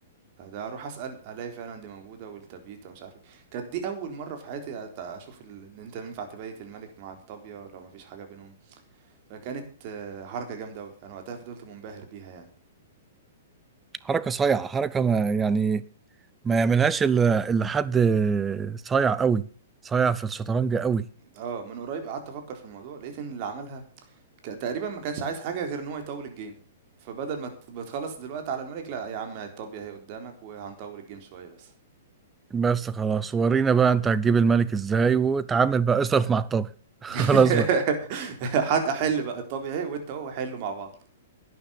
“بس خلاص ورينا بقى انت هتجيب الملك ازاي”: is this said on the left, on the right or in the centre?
Right